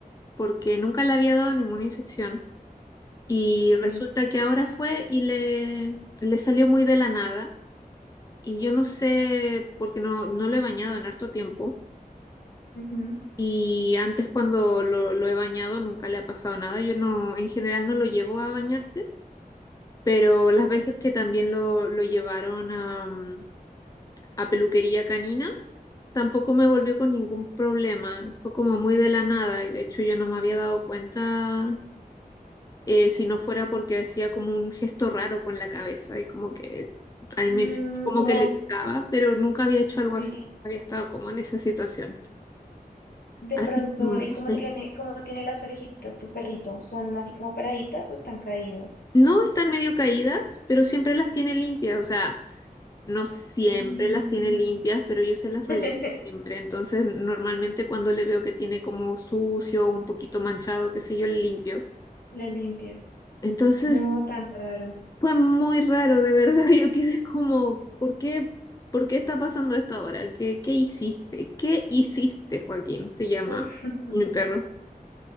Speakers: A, on the left; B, on the left.
A: porque nunca le había dado ninguna infección. Y
B: Ok,
A: resulta que ahora fue y le, le salió muy de la nada. Y yo no sé, porque no, no lo he bañado en harto tiempo.
B: ujú,
A: Y antes cuando lo, lo he bañado nunca le ha pasado nada. Yo no, en general no lo llevo a bañarse, pero las
B: sí.
A: veces que también lo, lo llevaron a, mm, a peluquería canina, tampoco me volvió con ningún problema. Fue como muy de la nada y de hecho yo no me había dado cuenta eh, si no fuera porque hacía como un gesto raro con la cabeza y como que ahí
B: Mm,
A: me fijé, como
B: como
A: que le picaba, pero nunca había hecho algo así,
B: sí.
A: había estado como en esa situación.
B: de
A: Así
B: pronto,
A: que no,
B: ¿y
A: no
B: cómo
A: sé.
B: tiene, cómo tiene las orejitas tu perrito? ¿Son así como paraditas o están caídas?
A: No están medio caídas, pero siempre las tiene limpias, o sea, no siempre
B: Mm,
A: las tiene limpias, pero yo se las
B: <laughs>
A: reviso siempre. Entonces, normalmente cuando le veo que tiene como sucio, un poquito manchado, qué sé yo, le limpio.
B: Le limpias.
A: Entonces,
B: No, tan raro.
A: Fue muy raro, de verdad. <laughs> Yo quedé como, ¿por qué, por qué está pasando esto ahora? ¿Qué, qué hiciste? ¿Qué hiciste, Joaquín? Se llama
B: <laughs>
A: mi perro.